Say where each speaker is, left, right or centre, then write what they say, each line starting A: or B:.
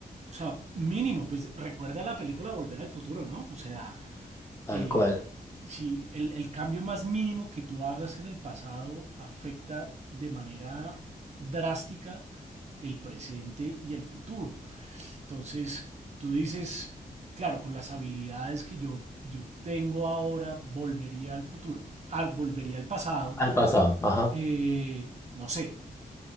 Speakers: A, on the right; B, on the left.
A: O sea, mínimo, pues recuerda la película Volver al Futuro, ¿no? O sea,
B: tal
A: eh,
B: cual,
A: si el, el cambio más mínimo que tú hagas en el pasado afecta de manera drástica el presente y el futuro. Entonces, tú dices, claro, con las habilidades que yo, yo tengo ahora, volvería al futuro, al, volvería al pasado,
B: al pasado, ajá.
A: eh, no sé,